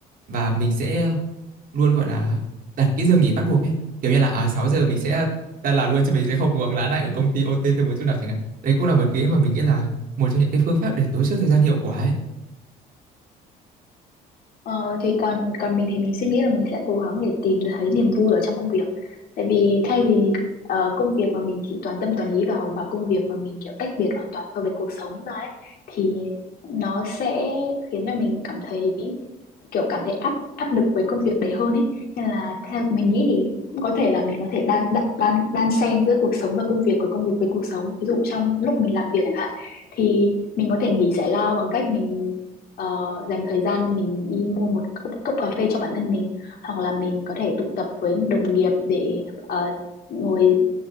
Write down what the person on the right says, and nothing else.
và mình sẽ luôn gọi là đặt cái giờ nghỉ bắt buộc ấy kiểu như là à 6 giờ mình sẽ ta làm luôn chứ mình sẽ không cố gắng lái lại ở công ty OT thêm một chút nào chẳng hạn đấy cũng là một cái mà mình nghĩ là một trong những cái phương pháp để tối ưu thời gian hiệu quả ấy